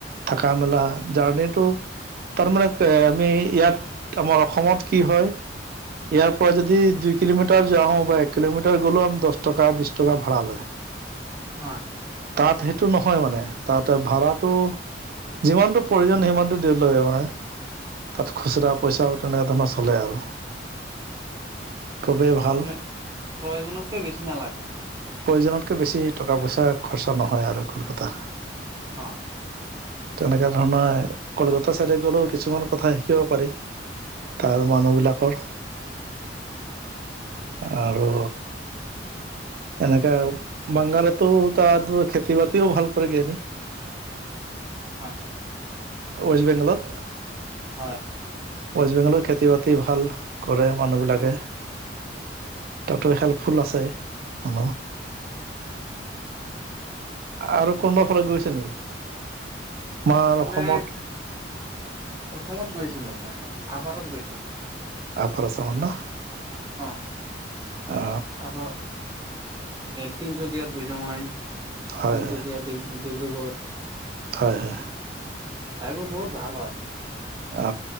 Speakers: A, on the right; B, on the right.
A: থকা মেলা জাৰৰ্ণীটো তাৰমানানে আমি ইয়াত আমাৰ অসমত কি হয়? ইয়াৰ পৰা যদি দুই কিলোমিটাৰ যাও বা এক কিলোমিটাৰ গ'লেও দহ টকা বিশ টকা ভাড়া লয়।
B: হয়,
A: তাত সেইটো নহয় মানে, তাত ভাড়াটো যিমানটো প্ৰয়োজন সিমানটো দ <unintelligible> ল মানে তাত খুচুৰা পইচাও তেনেক ধৰণৰ চলে আৰু। খুবেই ভাল
B: মে প্ৰয়োজনতকৈ বেছি নালাগে।
A: প্ৰয়োজনতকৈ বেছি টকা-পইচা খৰচা নহয় আৰু কলকতা
B: অ,
A: তেনেকা ধৰণৰ কলকাতা চাইডে গ'লেও কিছুমান কথা শিকিব পাৰি, তাৰ মানুহ বিলাকৰ। আৰু এনেকে বাংগালতো তাত খেতি বাতিওঁ ভাল কৰেগৈ <unintelligible> নি।
B: হয় হয়,
A: ৱেষ্ট বেংগলত।
B: হয়,
A: ৱেষ্ট বেংগলৰ খেতি বাতি ভাল কৰে মানুহবিলাকে। তাতো হেল্পফুল আছে, হেল্ল,
B: অ,
A: আৰু কোনোবাৰ ফালত গৈছে নেকি? আমাৰ
B: মই এইফালে
A: অসমত
B: অসমত গৈছিলোঁ মই, আভাৰত গৈছো।
A: আপাৰ আচাম ন?
B: অ,
A: অ
B: <unintelligible> তিনচুকীয়াত গৈছো মই।
A: হয়
B: তিনিচুকীয়া, ডিব্ৰুগড়।
A: হয়, হয়।
B: ঠাইবোৰ বহুত ভাল হয়।
A: অ,